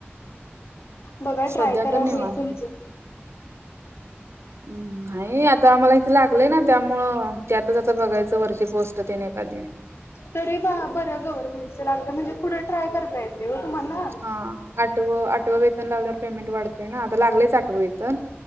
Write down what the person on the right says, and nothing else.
सध्या
तर निवांत
हम्म, नाही आता आम्हाला इथे लागलंय ना, त्यामुळं त्यातच आता बघायचं वर्ष ती पोस्ट तेन एखादे
हं आठव, आठव वेतन लागल्यावर पेमेंट वाढते ना, आता लागलेच आठव वेतन.